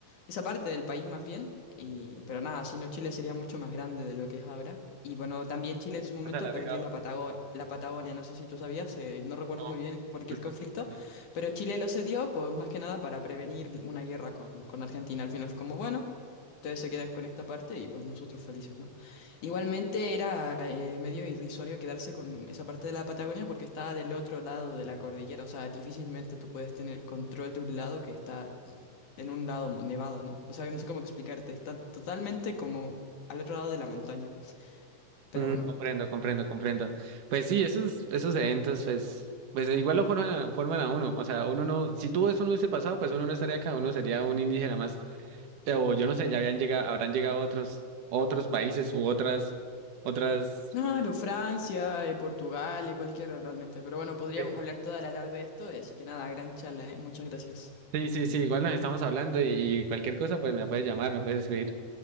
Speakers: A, on the left; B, on the right.
A: esa parte del país más bien, y, pero nada, si no, Chile sería mucho más grande de lo que es ahora. Y bueno, también Chile en su momento
B: alargado.
A: perdió la Patago- la Patagonia, no sé si tú sabías, eh, no recuerdo
B: No,
A: muy bien cualquier
B: no,
A: conflicto,
B: no, no.
A: pero Chile lo cedió, pues más que nada para prevenir una guerra con, con Argentina. Al final fue como, bueno ustedes se quedan con esta parte y pues nosotros felices, ¿no? Igualmente era eh, medio irrisorio quedarse con esa parte de la Patagonia porque estaba del otro lado de la cordillera, o sea, difícilmente tú puedes tener control de un lado que está en un lado mo- nevado, ¿no? O sea, no sé cómo explicarte, está totalmente como al otro lado de la montaña, pero
B: Mm,
A: bueno.
B: comprendo, comprendo, comprendo. Pues sí, esos, esos eventos, pues, pues igual lo forman, a- forman a uno. O sea, uno no, si todo eso no hubiese pasado, pues uno no estaría acá, uno sería un indígena más. O yo no sé, ya habían llegado, habrán llegado otros, otros países u otras, otras.
A: Claro, Francia, eh, Portugal, eh, cualquiera realmente. Pero bueno, podríamos
B: este,
A: hablar toda la tarde de esto, eh, así que nada, gran charla, ¿eh? Muchas gracias.
B: Sí, sí, sí, igual nos estamos hablando y, y cualquier cosa, pues me puedes llamar, me puedes escribir.